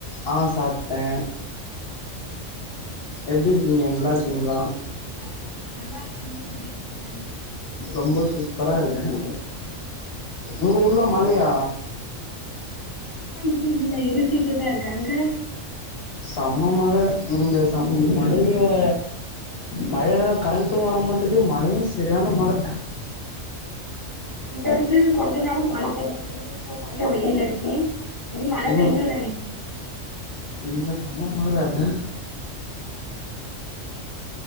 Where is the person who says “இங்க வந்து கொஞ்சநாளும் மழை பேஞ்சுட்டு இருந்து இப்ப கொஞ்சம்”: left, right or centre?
Left